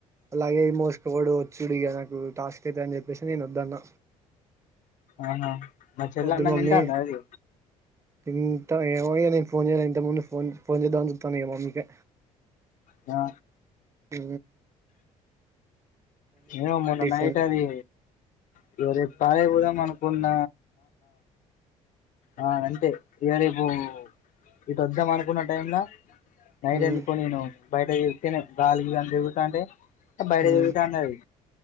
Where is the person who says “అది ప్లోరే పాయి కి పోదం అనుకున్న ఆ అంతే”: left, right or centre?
Left